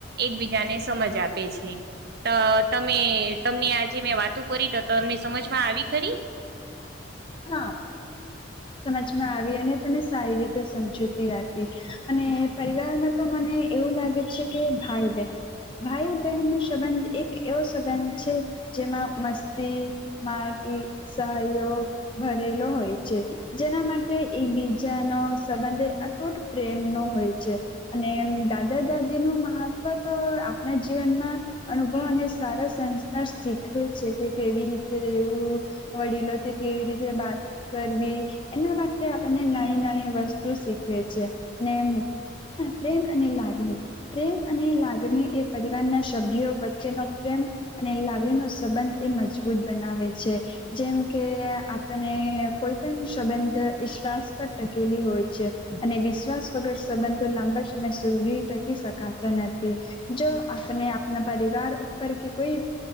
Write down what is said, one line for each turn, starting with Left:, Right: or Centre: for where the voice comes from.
Right: એકબીજાને સમજ આપે છે. તો તમે તમને આજે મેં વાતો કરી તો તમને સમજમાં આવી ખરિ?
Left: હા. સમજમાં આવી અને તમે સારી રીતે સમજૂતી આપી અને પરિવારમાં તો મને એવું લાગે છે કે ભાઈ બહેન ભાઈ બહેન નો સંબંધ એક એવો સંબંધ છે જેમાં મસ્તી, મારપી સહયોગ ભરેલો હોય છે જેના માટે એકબીજાનો સંબંધ અતૂટ પ્રેમનો હોય છે. અને દાદા દાદી નું મહત્વ તો આપણા જીવનમાં અનુભવ સારા સંસ્કાર શીખવે છે. કે કેવી રીતે રવું વડીલો તે કેવી રીતે ત કરવી એના માટે આપણને નાની નાની વસ્તુ શીખવે છે અને હા પ્રેમ અને લાગણી પ્રેમ અને લાગણી એ પરિવારના સભ્યો વચ્ચેનો પ્રેમ અને લાગણીનો સંબંધ એ મજબૂત બનાવે છે જેમ કે અને કોઈ પણ સંબંધ વિશ્વાસ પર ટકેલી હોય છે અને વિશ્વાસ વગર સંબંધો લાંબા સમય સુધી ટકી શકાતા નથી. જો આપણે આપના પરિવાર ઉપ કે કોઈ